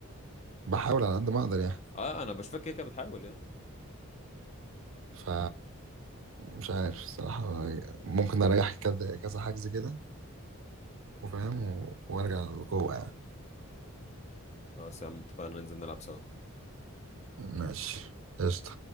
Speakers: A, on the right (about 60°); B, on the left (about 30°).
A: بحاول على قد ما اقدر يعني
B: اه انا بشوفك كده كده بتحاول يعني
A: ف مش عارف الصراحه ممكن اريح كذا كذا حجز كده وفاهم و- وارجع للقوه يعني
B: خلاص يا عم اتفقنا ننزل نلعب سوا
A: ماشي قشطه